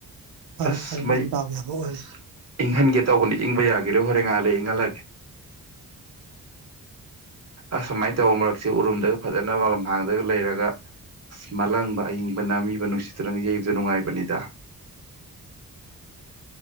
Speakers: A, on the right; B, on the right.
A: ꯐꯔꯦ
B: ꯑꯁ
A: ꯐꯔꯦ
B: ꯃꯩ
A: ꯅꯪ ꯗꯥꯎ ꯌꯥꯕ ꯑꯣꯏꯔꯦ
B: ꯏꯪꯍꯟꯒꯦ ꯇꯧꯕꯅꯤ ꯏꯪꯕ ꯌꯥꯈꯤꯔꯦ ꯍꯣꯔꯦꯟ ꯉꯥꯜꯂꯦ ꯏꯪꯍꯜꯂꯒꯦ ꯑꯁꯃꯥꯏꯅ ꯇꯧꯕ ꯃꯔꯛꯁꯦ ꯎꯔꯨꯝꯗꯒ ꯐꯖꯅ ꯃꯔ ꯍꯥꯡꯗꯒ ꯂꯩꯔꯒ ꯑ ꯃꯥꯂꯪꯕ ꯑꯏꯪꯕ ꯃꯤꯕ ꯅꯨꯡꯁꯤꯠꯇꯨꯅꯒ ꯌꯩꯕꯗ ꯅꯨꯡꯉꯥꯏꯕꯅꯤꯗ